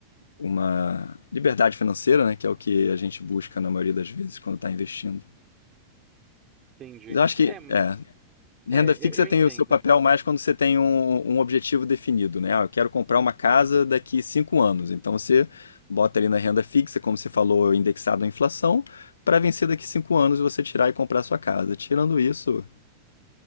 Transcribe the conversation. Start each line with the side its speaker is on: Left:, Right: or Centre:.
Left: uma liberdade financeira, né? Que é o que a gente busca na maioria das vezes quando está investindo.
Right: entendi.
Left: Eu acho que
Right: É,
Left: é, renda
Right: é,
Left: fixa
Right: eu, eu
Left: tem
Right: entendo.
Left: o seu papel mais quando você tem um, um objetivo definido, né? Ah, eu quero comprar uma casa daqui cinco anos. Então você bota ali na renda fixa, como você falou, indexado à inflação, para vencer daqui cinco anos você tirar e comprar a sua casa. Tirando isso,